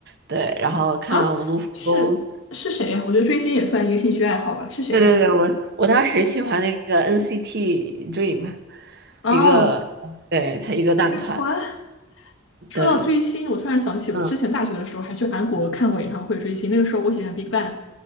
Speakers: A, on the right; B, on the left.
A: 对，然后看了卢浮宫，
B: 啊，是是谁呀？我觉得追星也算一个兴趣爱好吧。是谁呀？
A: 对对对，我我当时喜欢那个 NCT Dream，
B: 哦，
A: 一个对他一个男团，
B: 那个团。说到追星，
A: 对，
B: 我突然想起我之前大学的时候还去韩国看过演唱会追星，
A: 嗯，
B: 那个时候我喜欢 BigBang，